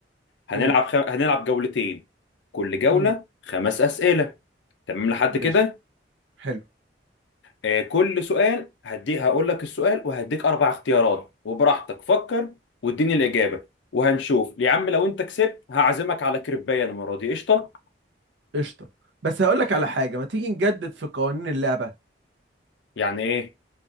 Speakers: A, on the left; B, on the right.
A: هنلعب
B: قول
A: خ... هنلعب جولتين كل جوله
B: مم.
A: خمس اسئله تمام لحد
B: ماشي
A: كده
B: حلو
A: آه كل سؤال هدي هقول لك السؤال وهديك اربع اختيارات وبراحتك فكر واديني الاجابه وهنشوف يا عم لو انت كسبت هعزمك على كريبايه المره دي قشطه
B: قشطة بس هقول لك على حاجة ما تيجي نجدد في قوانين اللعبة
A: يعني ايه